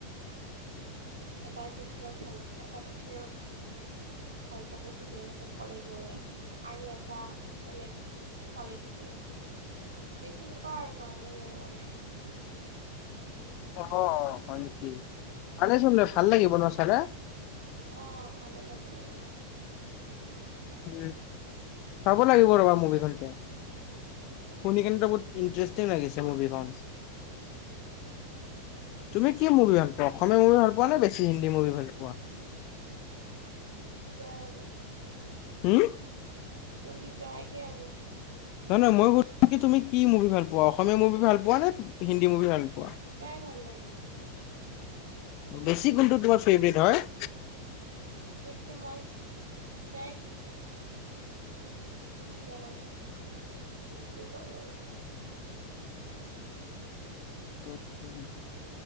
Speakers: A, on the right (about 75°); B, on the left (about 40°).
A: <unintelligible> টিচাৰক ভাল <unintelligible> এটা টিচাৰক মানে ভাল পাব খোজে সিহঁতৰ কলেজৰে আৰু এটা বেলেগ ছোৱালি থাকে এই সেনেকুৱা আৰু নৰ্মেল আৰু মানে।
B: অ', হয় নেকি, মানেচোন ন ভাল লাগিব নহ চালে।
A: অ', ভালেই লাগিব বাৰু।
B: উ চাব লাগিব ৰ'বা মুভিখন এতিয়া, শুনি কেনেটো বহুত ইণ্টাৰেষ্ট <unintelligible> লাগিছে মুভিখন। তুমি কি মুভি ভাল পোৱা, অসমীয়া মুভি ভাল পোৱা নে হিন্দী মূভি ভাল পোৱা?
A: গাই আৰু
B: উম।
A: চলি যায়গে আৰু।
B: নহয় নহয় মই সুধছো কি, তুমি কি মুভি ভাল পোৱা অসমীয়া মুভি ভাল পোৱা নে হিন্দী মুভি ভাল পোৱা?
A: দুতাই ভাল লাগে।
B: বেছি কোনটো তোমাৰ ফেভৰেট হয়?
A: এইকেইটা মই <unintelligible> তেনেকে এতিয়া মই <unintelligible>
B: অ',